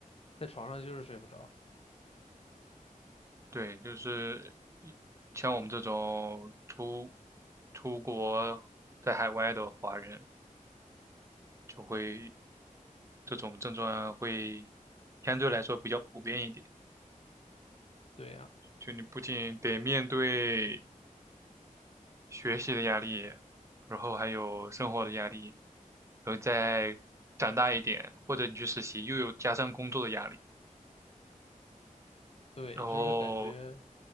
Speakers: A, on the left; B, on the right.
A: 在床上就是睡不着。
B: 对，就是一像我们这种出出国在海外的华人，就会这种症状会相对来说比较普遍一点。
A: 对呀，
B: 就你不仅得面对学习的压力，然后还有生活的压力，然后你再长大一点，或者你去实习，又有加上工作的压力。
A: 对，
B: 然后，
A: 就是感觉